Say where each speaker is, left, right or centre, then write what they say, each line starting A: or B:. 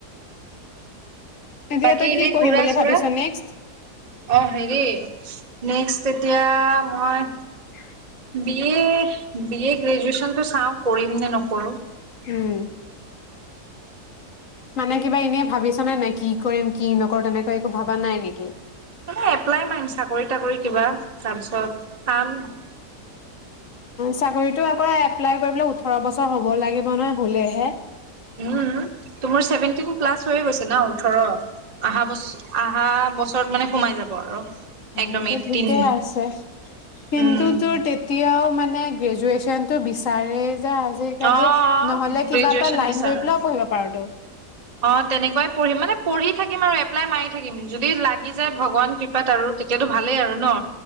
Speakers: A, on the left; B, on the right.
A: এতিয়া
B: বাকী
A: তই
B: এনে
A: কি পঢ়িম
B: ঘুৰা
A: বুলি
B: চুৰা
A: ভাবিছ
B: অ
A: নেক্সট
B: হেৰি নেক্স এতিয়া মই
A: উ <inaudible>
B: বি এ বি এ গ্ৰেজুয়েচনটো চাও কৰিম নে নকৰোঁ
A: উম মানে কিবা এনেই ভাবিছনে নাই কি কৰিম কি নকৰো তেনেকৈ একো ভবা নাই নেকি
B: ম এপ্লাই মাৰিম, চাকৰি তাকৰি কিবা, তাৰপিছত কাম
A: চাকৰিতটো আকৌ এপ্লাই কৰিব উ ওঠৰ বছৰ হ'ব লাগিব নহয়, হলেহে
B: উম, তোমাৰ চছেভেনটন প্লাছ হৈয়ে গৈছে ন। ওঠৰ, অহা বছৰ অহা বছৰত মানে সোমাই যাব আৰু। একদম
A: অটো
B: এইটিন
A: ঠিকেই আছে,
B: উম
A: কিন্তু তোৰ তেতিয়াও মানে মে গ্ৰেজুৱেচন টো বিচাৰে যে আজিকালি,
B: অ
A: নহলে
B: গ্ৰেজুৱেচন
A: কিবা এটা লাইন
B: বিচাৰো
A: লৈ পেলাইও পঢ়িব পাৰোতো
B: অ তেনেকুৱাই পঢ়িম মানে পঢ়ি থাকিম আৰু এপ্লাই মাৰি থাকিম, যদি লাগি যায় ভগৱান কৃপাত আৰু, তেতিয়াতো ভালেই আৰু ন।